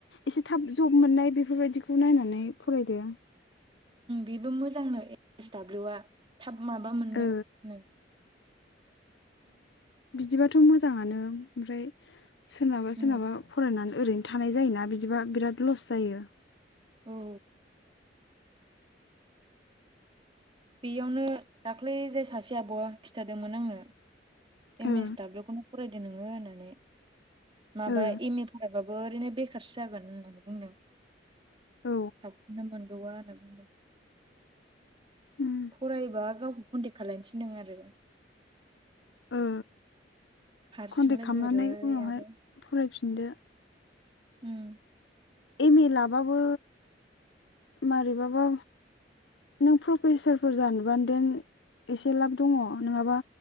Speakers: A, on the left; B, on the right.
A: एसे थाब जब मोननाय बेफोरबायदिखौ नायनानै फरायदो
B: बेबो मोजांनो एस दाब्लिउआ थाब माबा मोननो
A: ओ
B: नो
A: बिदिबाथ' मोजाङानो ओमफ्राय सोरनाबा
B: उम
A: सोरनाबा फरायनानै ओरैनो थानाय जायोना बिदिबा बिराद लस जायो
B: औ बेयावनो दाख्लै जाय सासे आब' खिथादोंमोन आंनो एम
A: ओ
B: एस दाब्लिउखौनो फरायदो नोङो होननानै माबा
A: ओ
B: एम ए फरायबाबो ओरैनो बे खारसो जागोन होननानै बुंदों
A: औ
B: थाबखौनो मोनबावा होनना बुंदों
A: उम
B: फरायोबा गावखौ कन्टेक खालायनो थिनदों आरो
A: ओ
B: हारसिंलाय
A: कन्टेक्ट खालामनानै
B: बोरै
A: उनावहाय
B: आरो
A: फरायफिनदो
B: उम
A: एम ए लाबाबो मारैबाबा नों प्रफेसारफोर जानोबान देन एसे लाब दङ नङाबा